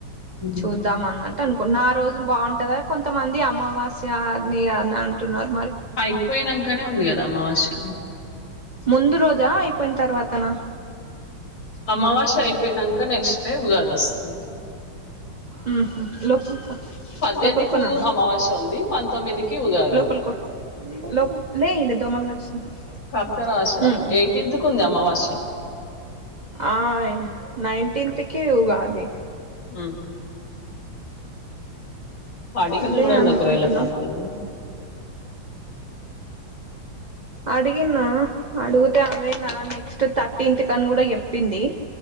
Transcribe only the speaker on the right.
చూద్దాం అన్న టనుకున్నా ఆ రోజుల్ బాగుంటదా కొంతమంది అమావాస్య అని అనంటున్నారు
ముందు రోజా అయిపోయిన్ తర్వాతనా
ఉహు
లోపలికో నాన్న
లోపలికో
లో కరుస్తున్నాయి
ఉమ్,
ఆయ్ నైన్టీన్త్ కి ఉగాది
అదే
అనుకుంటున్నా
అడిగినా అడుగుతే అమె నా నెక్స్ట్ థర్టీన్త్ కని గూడా ఎప్పింది